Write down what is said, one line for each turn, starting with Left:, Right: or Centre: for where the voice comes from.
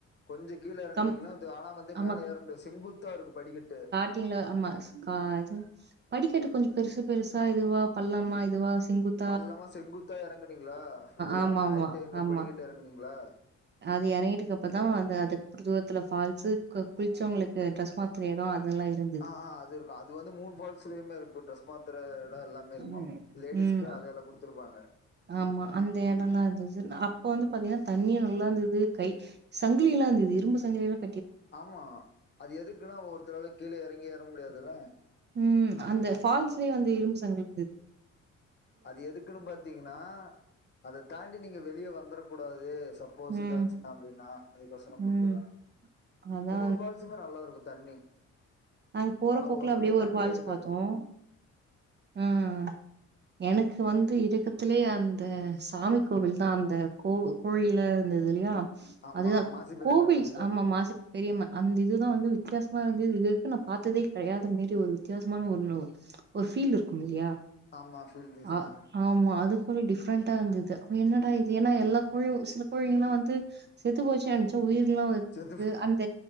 Left: கொஞ்சொ கீழ எறங்குனிங்கனா
Right: கம்
Left: ஆனா வந்து
Right: ஆமா
Left: மேல ஏற முட்யாது செங்குத்தா இருக்கு படிக்கட்டு
Right: ட்டீங்களா <unintelligible> படிக்கட்டு கொஞ்சொ பெருசு பெருசா இதுவா பள்ளமா இதுவா செங்குத்
Left: பள்ளமா செங்குத்தா எறங்குனிங்களா ஃபுல்லா
Right: ஆமா
Left: ஆயர்த்தி
Right: ஆமா
Left: ஐநூறு
Right: ஆமா
Left: படிக்கட்டு எறங்குனிங்ளா
Right: அது எறங்கிட்டுக்கு அப்பதா வந்து அதுக்கப் தூரத்துல ஃபால்ஸு குளிச்சவுங்களுக்கு ட்ரெஸ் மாத்துற எடொ அதெல்லா இருந்
Left: ஆ ஆ அது இருக்கு அது வந்து மூனு ஃபால்ஸ்லயுமே இருக்கு ட்ரெஸ் மாத்துற எடொ எல்லாமே இருக்கு
Right: ம்
Left: லேடிஸ்க்கு
Right: ம்
Left: அதெல்லா குடுத்துருப்பாங்க
Right: ஆமா அந்த எடொல்லா இருந்தது அப்ப வந்து பாத்திங்கன்னா தண்ணியு நல்லா இருந்தது கை சங்கிலி எல்லா இருந்தது இரும்பு சங்கிலி எல்லா
Left: ஆமா அது எதுக்குன்னா ஒவவொருத்தரால கீழே இறங்கி ஏற முடியாதுல்ல
Right: ம் அந்த ஃபால்ஸ்லயே வந்து இரும்பு சங்கிருந்தது
Left: அது எதுக்குன்னு பாத்தீங்கன்னா அத தாண்டி நீங்க வெளியே வந்துரக் கூடாது சப் ப்போஸ்
Right: ம்
Left: இதாச்சுன்னா அப்பிடின்னா அதுக்கோசரம் போட்டுருக்காங்க
Right: ம் அதா
Left: மூணு ஃபால்ஸுமே நல்லா இருக்கும் தண்ணி
Right: அங்க போறபோக்குல
Left: ஆனா ஒவ்வொரு
Right: அப்படியே
Left: சமயம்
Right: ஒரு
Left: தண்ணியே
Right: பால்ஸ்
Left: இருக்காது
Right: பார்த்தோம் ம் எனக்கு வந்து இருக்கத்திலயே அந்த சாமி கோவில் தான் அந்த கோ கோழில இருந்தது இல்லையா
Left: ஆமா
Right: அதுதான்
Left: மாசி பெரியண்ணன்
Right: கோவில்
Left: கோயிலு
Right: ஆமா மாசி தெரியுமா அந்த இதுதான் வந்து வித்தியாசமா இருந்த இது வரைக்கும் பார்த்ததே கிடையாத மாறி ஒரு வித்தியாசமான ஒரு ஒரு ஃபீல் இருக்கும் இல்லையா
Left: ஆமா ஃபீல்லு தான்
Right: ஆ ஆமா அதுக்குல டிஃப்ரெண்டா இருந்தது அப்ப என்னடா இது ஏன்னா எல்லா கோயில் சில கோயிங்கலாம் வந்து செத்து போச்சு நெனச்சா உயிர எலாம் வருது
Left: செத்து
Right: அந்த